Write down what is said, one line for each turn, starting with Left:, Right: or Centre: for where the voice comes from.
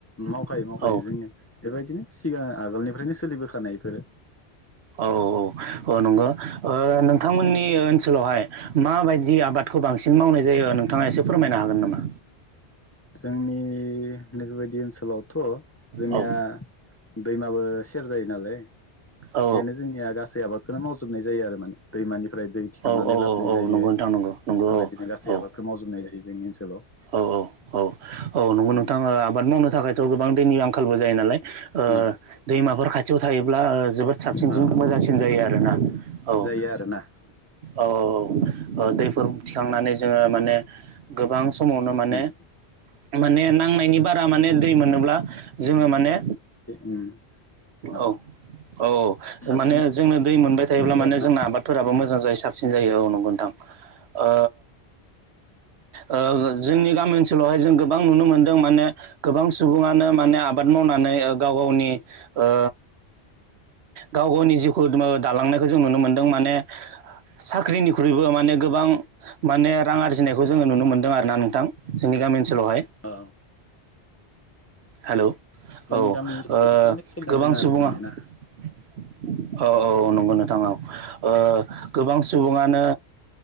Left: मावखायो मावखायो
Right: औ
Left: जोंङो बेबायदिनो सिगां आगोलनिफ्रायनो सोलिबोखानाय बेफोरो।
Right: औ औ औ औ नंगौ नोंथांमोननि ओनसोलावहाय माबायदि आबादखौ बांसिन सिन मावनाय जायो नोंथाङा एसे फोरमायनो हागोन नामा?
Left: जोंनि नैबेबायदि ओनसोलावथ' जोंनिया
Right: औ
Left: दैमाबो सेर जायो नालाय बेखायनो
Right: औ
Left: जोंनिया गासै आबादखौनो मावजोबनाय जायो आरो मा दैमानि ओफ्राय दै थिखांनानै
Right: औ औ
Left: लाबोनाय
Right: औ औ
Left: जायो
Right: नंगौ नोंथां
Left: बेफोरबायदिनो
Right: नंगौ नंगौ औ
Left: गासै
Right: औ
Left: आबादखौ मावजोबनाय जायो जोंनि ओनसोलाव।
Right: औ औ औ औ नंगौ
Left: उम
Right: नोंथाङा आबाद मावनो थाखायथ' गोबां दैनि आंखालबो जायो नालाय। ओ
Left: अ
Right: दैमाफोर खाथियाव थायोब्ला जोबोद साबसिनसिन
Left: अ
Right: मोजांसिन जायो आरोना औ।
Left: आरो ना।
Right: औ औ दैफोर थिखांनानै जोङो माने गोबां समावनो माने
Left: उम
Right: माने नांनायनि बारा माने दै मोनोब्ला जोङो माने
Left: उम अ
Right: औ। औ
Left: साबसिन
Right: माने जोंनो दै मोनबाय थायोब्ला
Left: जायो
Right: माने
Left: आरोना
Right: जोंना आबादफोराबो मोजां जायो साबसिन जायो औ नंगौ नोंथां। ओ ओ जोंनि गामि ओनसोलावहाय जों गोबां नुनो मोनदों माने गोबां सुबुङानो माने आबाद मावनानै गाव गावनि ओ गाव गावनि जिउखौ दालांनायखौ जों नुनो मोनदों माने साख्रिनिख्रुइबो माने गोबां माने रां आरजिनायखौ जोङो नुनो मोनदों आरोना। नोंथां जोंनि गामि ओनसोलावहाय।
Left: अ औ
Right: हेलौ
Left: जोंनि
Right: औ ओ
Left: गामि ओनसोलाव बेफोरबायदिनो सोलिना
Right: गोबां
Left: दङ आरो
Right: सुबुङा
Left: माने
Right: औ
Left: ना
Right: औ औ नंगौ नोंथां ओ गोबां सुबुङानो